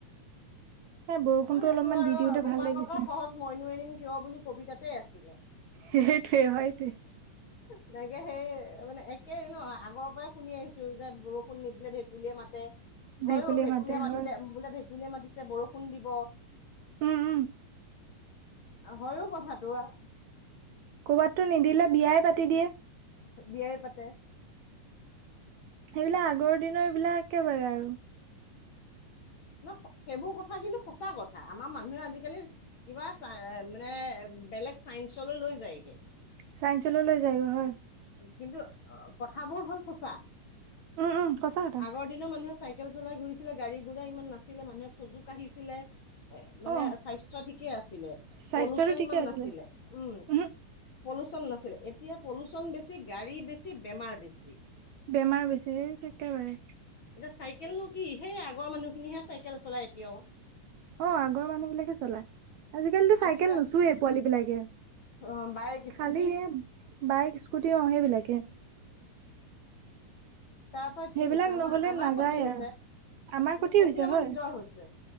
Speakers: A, on the right (about 75°); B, on the left (about 55°).
A: নাই বৰষুণতো
B: অঁ, সেইটো
A: অলপমান
B: আৰু
A: দি দিওঁতে
B: বোপা
A: ভাল লাগিছে
B: ককাৰ সহজ মইনু এৰিম কিয় বুলি কবিতাতে আছিলে।
A: সেইটোৱে, হয়টোৱে।
B: তেনেকে সেই মানে একেই ন আগৰ পৰাই শুনি আহিছো যে বৰষুণ নিদিলে ভেকুলীয়ে মাতে। হয়ো
A: ভেকুলী
B: ভেকুলীয়ে
A: মাতে
B: মাতিলে
A: হয়
B: বোলে ভেকুলীয়ে মাতিছে বৰষুণ দিব।
A: উম উম।
B: হয়ো কথাটো আৰু।
A: ক'ৰবাতো নিদিলে বিয়াই পাতি দিয়ে।
B: বিয়াই পাতে।
A: সেইবিলাক আগৰ দিনৰবলাক একেবাৰে আৰু।
B: ন সেইবোৰ কথা কিন্তু সঁচা কথা আমাৰ মানুহে আজিকালি কিবা চ মানে বেলেগ চাইন্ঞ্চলৈ লৈ যায়গে।
A: চাইঞ্চল লৈ যায়গে হয়।
B: কিন্তু অ কথাবোৰ হল সোচা
A: উম উম সঁচা কথা
B: আগৰ দিন মানুহে চাইকেল চলাই ঘৰিছিলে গাড়ী- ঘোঁৰা ইমান নাছিলে মানুহে সুযোগ আহিছিলে এ মানে
A: অ
B: স্বাস্থ্য ঠিকে আছিলে
A: স্বাস্থ্যটো
B: পলুচন
A: ঠিকে
B: ইমান
A: আছিলে
B: নাছিলে। উম
A: উহু
B: পলুচন নাছিলে এতিয়া পলুচন বেছি বে গাড়ী বেছি বেমাৰ বেছি।
A: বেমাৰ বেছি একেবাৰে।
B: এতিয়া চাইকেলনো কি সেই আগৰ মানুহখিনিহে চাইকেল চলাই এতিয়াও।
A: অ আগৰ মানুহ বিলাকে চলাই আজিকালিতো
B: আজিকালি
A: চাইকেল নোচোৱেই পোৱালী বিলাকে।
B: অ বাইক
A: খালি
B: স্কুটি
A: এ বাইক স্কুটি অঁ, সেইবিলাকে।
B: তাৰ পৰা কি
A: সেইবিলাক
B: হৈছে আমাৰ
A: নহ'লে
B: আমাৰ
A: নাযায়
B: ক্ষতি হৈছে।
A: আৰু আমাৰ
B: ন' ক্ষতি
A: হৈছে
B: আমাৰ
A: হয়
B: নিজৰ হৈছে